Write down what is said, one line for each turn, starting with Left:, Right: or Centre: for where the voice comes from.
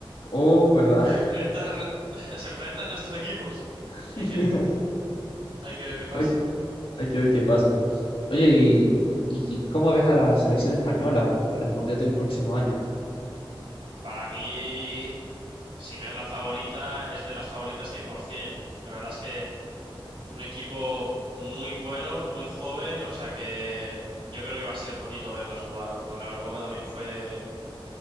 Left: Oh, ¿verdad?
Right: se enfrentan, <laughs> se enfrentan nuestros equipos.
Left: <laughs>
Right: Hay que, hay que ver qué pasa.
Left: Hay, hay que ver qué pasa. Oye, ¿y, y cómo ves a la selección española para el Mundial del próximo año?
Right: Para mí, si no es la favorita, es de las favoritas 100%. La verdad es que Un equipo muy bueno, muy joven, o sea que yo creo que va a ser bonito verlos jugar. Como en la Eurocopa también fue